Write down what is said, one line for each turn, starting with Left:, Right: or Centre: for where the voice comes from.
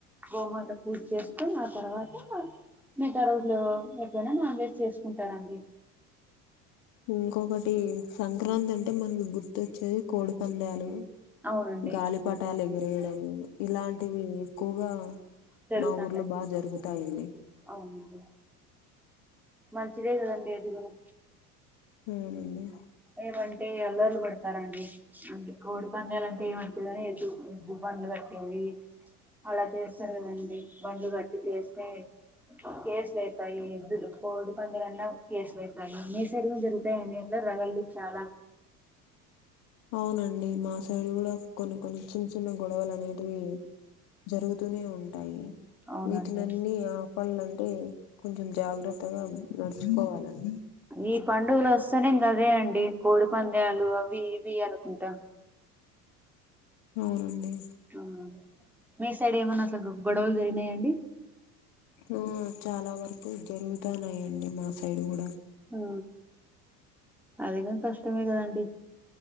Centre: గోమాత పూజ చేస్తూ తర్వాత మిగతా రోజులు ఎప్పుడైనా నాన్ వెజ్ చేసుకుంటారండి
Left: ఇంకొకటి సంక్రాంతి అంటే మనకి గుర్తుచ్చేది కోడి పందాలు
Centre: అవునండి
Left: గాలి పటాలు ఏగిరేయడం ఇలాంటివి ఎక్కువగా
Centre: జరుగుతుంటాయి
Left: మా ఊర్లో బాగా జరుగుతయండి.
Centre: అవునండి మంచిదే కదండి అది కూడా
Left: అవునండి
Centre: ఏమంటే అల్లర్లు పడ తరండి అంటే కోడి పందాలంటే ఏమైతదిగని ఎద్దు ఎద్దు బండ్లు కట్టేవి అలా చేస్తారు కదండి బండ్లు కట్టి చేస్తే కేసులువుతాయి ఎద్దులు కోడు పందలల్ల కేసులులయితాయి మీ సైడ్ జరుగుతాయండి ఎలా? రగల్దు చాలా
Left: అవునండి మాసైడ్ కూడా కొన్ని కొన్ని చిన్న చిన్న గొడవలు అనేటివి జరుగుతూనే ఉన్ టాయి
Centre: అవునండి
Left: వీటినన్ని ఆపల్ అంటే కొంచెం జాగ్రత్త జాగ్రత్తగా నడుచుకోవాలండి
Centre: ఈ పండుగలు వస్తానే ఇంకా అదే అండి కోడి పంద్యాలు అవి ఇవి అనుకుంటా
Left: అవునండి
Centre: ఆ మీ సైడ్ ఏమన్నా అసలు గా గొడవలు జరిగినాయండి
Left: ఆ చాలా వరకు జరుగుతాన్నాయండి మా సైడ్ కూడా
Centre: ఆ అధికం కష్టమేకదండి